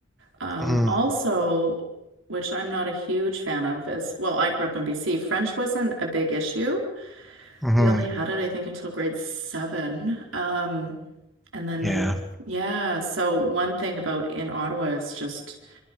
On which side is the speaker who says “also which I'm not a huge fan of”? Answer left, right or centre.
Right